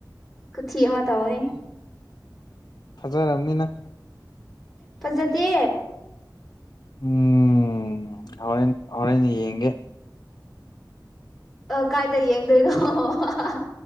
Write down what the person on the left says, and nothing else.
ꯐꯖꯔꯝꯅꯤꯅꯪ
ꯎꯝ ꯍꯧꯔꯦꯟ ꯍꯧꯔꯦꯟ ꯌꯦꯡꯒꯦ